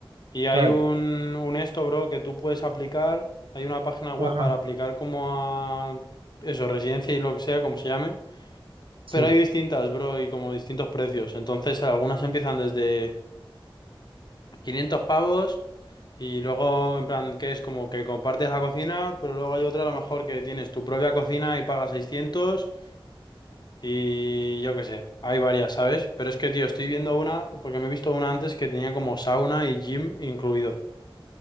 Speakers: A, on the left (about 50°); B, on the right (about 70°).
A: Y hay
B: claro.
A: un, un esto, bro, que tú puedes aplicar. Hay una página web
B: ajá,
A: para aplicar como a eso, residencia y lo que sea, como se llame.
B: sí,
A: Pero hay distintas, bro, y como distintos precios. Entonces, algunas empiezan desde 500 pavos y luego, en plan, que es como que compartes la cocina, pero luego hay otra a lo mejor que tienes tu propia cocina y pagas 600 y yo qué sé. Hay varias, ¿sabes? Pero es que, tío, estoy
B: sí,
A: viendo una, porque me he visto una antes que tenía como sauna y gym incluidos.